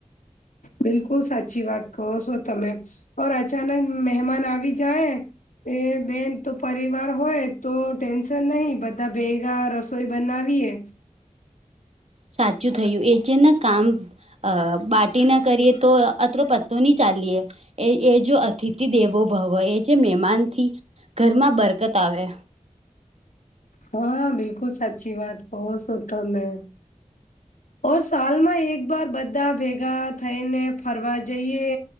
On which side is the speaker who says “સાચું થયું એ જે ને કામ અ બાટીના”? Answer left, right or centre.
Right